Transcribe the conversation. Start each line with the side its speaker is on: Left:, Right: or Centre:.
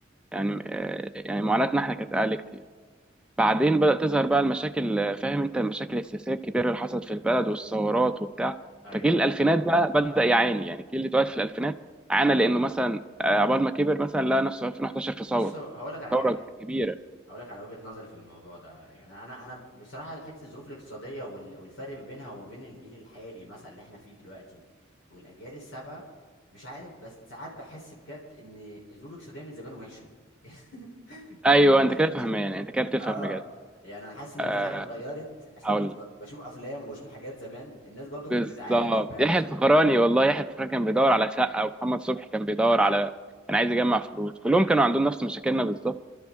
Centre: يعني آه يعني معاناتنا احنا كانت اقل كتير بعدين بدأت تظهر بقى المشاكل فاهم انت المشاكل السياسية الكبيرة اللي حصلت في البلد والثورات وبتاع
Left: ايوه
Centre: فجيل
Left: ايوه
Centre: الألفينات
Left: فاهم
Centre: بقى بدأ
Left: فاهم
Centre: يعاني يعني جيل اللي اتولد في الألفينات عانى لأنه مثلا آه، عقبال ما كبر مثلا لقى نفسه في 2011 في ثورة
Left: بص هقول لك على
Centre: ثورة
Left: حاجه
Centre: كبيرة
Left: هقول لك على وجهة نظري في الموضوع ده يعني انا انا بصراحة حتة الظروف الاقتصادية وال- والفرق ما بينها وما بين الجيل الحالي مثلا اللي احنا فيه دلوقتي والاجيال السابقة مش عارف بس ساعات بحس بجد ان الظروف الاقتصادية من زمان وحشة <laughs> يعني
Centre: أيوه أنت
Left: <laughs>
Centre: كده فهمان يعني أنت كده بتفهم
Left: اه
Centre: بجد
Left: يعني انا حاسس ان
Centre: آه،
Left: مفيش حاجة اتغيرت عشان
Centre: هقول
Left: انا كنت
Centre: لك.
Left: ب- بشوف افلام وبشوف حاجات زمان الناس برضو كانت
Centre: بالظبط
Left: بتعاني فاهم
Centre: يحيى الفخراني والله يحيى الفخراني كان بيدور على شقة ومحمد صبحي كان بيدور على كان عايز يجمع فلوس كلهم كانوا عندهم نفس مشاكلنا بالظبط